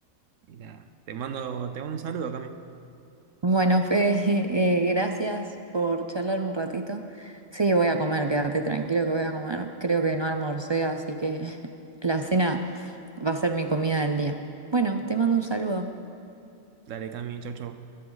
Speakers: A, on the right (about 80°); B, on the right (about 35°).
A: y nada. Te mando, te mando un saludo, Cami.
B: Bueno, Fede, <laughs> eh, gracias por charlar un ratito. Sí, voy a comer, quédate tranquilo que voy a comer. Creo que no almorcé, así que <laughs> la cena va a ser mi comida del día. Bueno, te mando un saludo.
A: Dale, Cami, chau, chau.